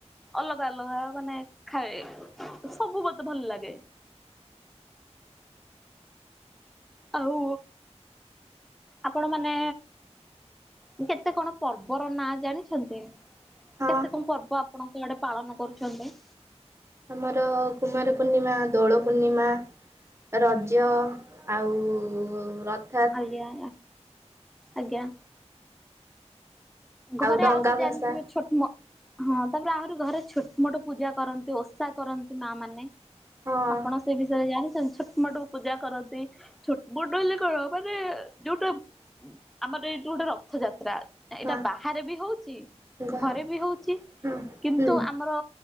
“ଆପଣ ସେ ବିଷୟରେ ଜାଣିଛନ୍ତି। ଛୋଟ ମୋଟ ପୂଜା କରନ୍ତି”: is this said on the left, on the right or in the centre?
Centre